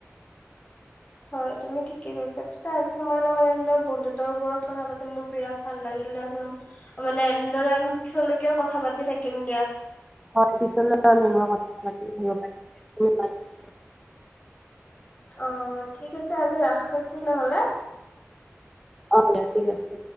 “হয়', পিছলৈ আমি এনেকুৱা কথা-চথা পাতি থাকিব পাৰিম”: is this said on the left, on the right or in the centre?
Centre